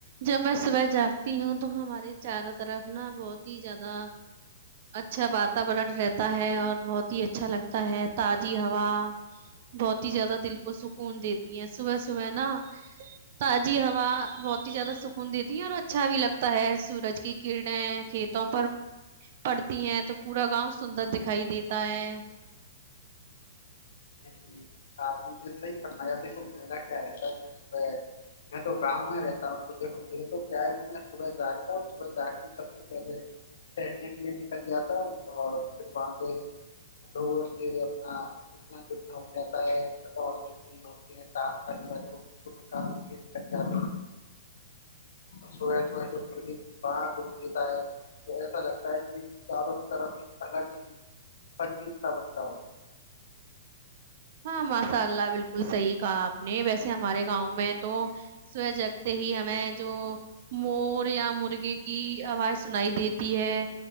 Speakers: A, on the right; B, on the left.
A: جب میں صبح جاگتی ہوں تو ہمارے چاروں طرف نا بہت ہی زیادہ اچھا واتورورن رہتا ہے اور بہت ہی اچھا لگتا ہے تازی ہوا بہت ہی زیادہ دل کو سکون دیتی ہے صبح صبح نا تازی ہوا بہت ہی زیادہ سکون دیتی ہے اور اچھا بھی لگتا ہے سورج کی کرنیں کھیتوں پر پڑتی ہیں تو پورا گاؤں سندر دکھائی دیتا ہے
B: صحیح م دیکھو میرا کیا رہتا ہے میں صبح میں تو گاؤں میں رہتا ہوں تو دیکھو میرے تو کیا ہے کہ میں صبح جاگتا ہوں صبح جا کے سب سے پہلے ٹہلنے کے لیے نکل جاتا ہوں اور پھر وہاں پہ ڈور سے اپنا ملنا بھی ہوتے ہیں کام کرنے والے وہ کام کر جات س سب جو مڑ بھی بغ دیتا ہے تو ایسا لگتا ہے کہ چاروں کی طرف ایک الگ ہی سنگیت سا بن رہا ہو
A: ہاں ماشاء اللہ بالکل صحیح کہا آپ نے ویسے ہمارے گاؤں میں تو صبح جگتے ہی ہمیں جو مور یا مرغے کی آواز سنائی دیتی ہے